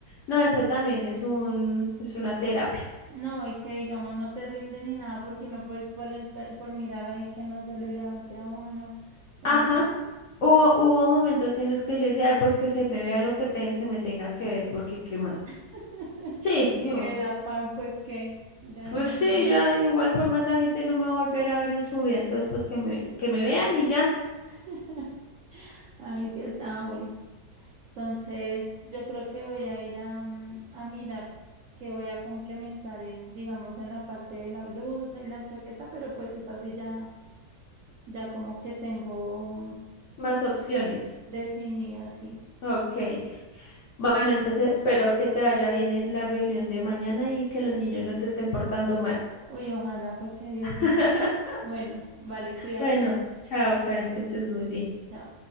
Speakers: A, on the left; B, on the right.
A: No, eso también es un, es una terapia.
B: No, y que digamos no te rinde ni nada porque no por, por, espe- por mirar ahí que no se le levante a uno. Uy,
A: Ajá.
B: no.
A: Hubo, hubo momentos en los que yo decía, "Ay, pues que se me vea lo que te- se me tenga que ver, porque qué más.
B: <laughs>
A: Sí,
B: Y
A: no,
B: el afán, pues que, ya,
A: pues
B: ay, ni
A: sí,
B: modo.
A: ya de igual forma esa gente no me va a volver a ver en su vida, entonces pues que me, que me vean y ya,
B: <laughs> Ay, Dios, ah, bueno. Entonces, yo creo que voy a ir a, mm, a mirar qué voy a complementar en, digamos, en la parte de la blusa y la chaqueta, pero pues es así ya, ya como que tengo mm,
A: más opciones.
B: definida así.
A: Ok, bueno,
B: Y,
A: entonces espero que te vaya bien en la reunión de mañana y que los niños no se estén portando mal.
B: uy, ojalá, porque Dios
A: <laughs>
B: mío. Bueno, vale, cuídate
A: Bueno,
B: mucho.
A: chao Karen, que estés muy bien.
B: Chao.